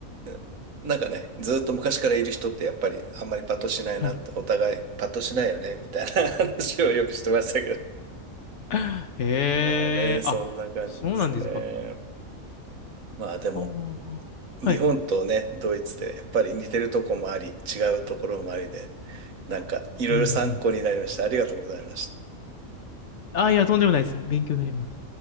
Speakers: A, on the right; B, on the left.
A: えなんかね、ずっと昔からいる人ってやっぱりあんまりパッとしないなって、
B: はい。
A: お互いパッとしないよね、みたいな <laughs> 話をよくしてましたけど。
B: <laughs> ええあ、
A: まあね、そんな感じですね。
B: そうなんですか。
A: まあでも、
B: はあ。
A: 日本とね、
B: はい。
A: ドイツでやっぱり似てるとこもあり、違うところもありで、なんかいろいろ参考になりました。
B: うんうん。
A: ありがとうございました。
B: あ、いや、とんでもないです。勉強になります。